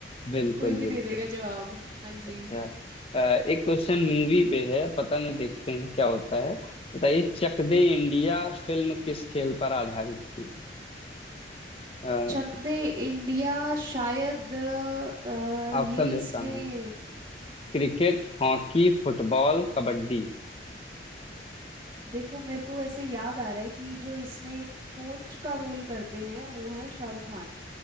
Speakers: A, on the left; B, on the right.
A: बिल्कुल
B: कोई भी
A: बिल्कुल
B: दे देगा जवाब हाँ जी
A: अच्छा। अ, एक क्वेश्चन मूवी पे है पता नहीं देखते हैं क्या होता है बताइए चक दे इंडिया फिल्म किस खेल पर आधारित थी अ,
B: चक दे इंडिया शायद अ,
A: ऑप्शन
B: ये
A: देता
B: इसमें
A: हूँ Cricket hockey football kabaddi
B: देखो मेरे को ऐसे याद आ रहा है कि जो इसमें कोच का रोल करते हैं वो है शाहरुख खान